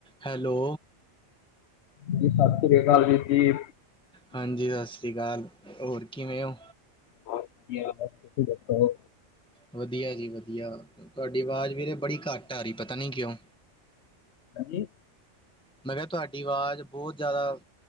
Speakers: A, in the centre; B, on the left (about 65°).
A: Hello
B: ਜੀ ਸਾਸ ਸ੍ਰੀ ਅਕਾਲ ਵੀਰ ਜੀ।
A: ਹਾਂਜੀ ਸਾਸ ਸ਼੍ਰੀ ਕਾਲ ਹੋਰ ਕਿਵੇਂ ਓ?
B: ਬਹੁਤ ਵਧੀਆ, ਬਸ ਤੁਸੀਂ ਦੱਸ ਓ।
A: ਵਧੀਆ ਜੀ ਵਧੀਆ, ਤੁਆਡੀ ਆਵਾਜ਼ ਵੀਰੇ ਬੜੀ ਕੱਟ ਆ ਰੀ ਪਤਾ ਨੀ ਕਿਉਂ?
B: ਹਾਂਜੀ।
A: ਮੈਂ ਕਿਹਾ ਤੁਹਾਡੀ ਆਵਾਜ਼ ਬਹੁਤ ਜ਼ਿਆਦਾ